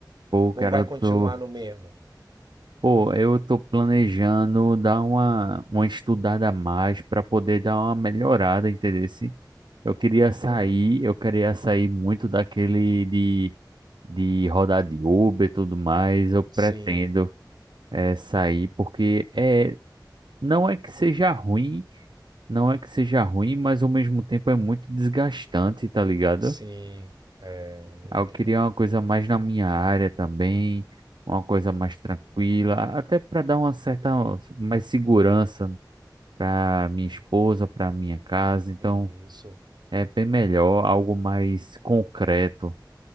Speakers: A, on the right; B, on the right.
A: pô,
B: ou
A: cara,
B: vai
A: eu
B: continuar
A: tô.
B: no mesmo?
A: Pô, eu tô planejando dar uma, uma estudada a mais para poder dar uma melhorada, entendeu? Eu queria sair,
B: Hum,
A: eu queria sair muito daquele de de rodar de Uber e tudo mais, eu pretendo
B: sim,
A: eh, sair, porque é, não é que seja ruim, não é que seja ruim, mas ao mesmo tempo é muito desgastante, tá ligado?
B: sim, é,
A: Aí
B: eu entendo.
A: Eu queria uma coisa mais na minha área também, uma coisa mais tranquila, até para dar uma certa mais segurança para minha esposa, para minha casa, então
B: Isso.
A: é bem melhor, algo mais concreto.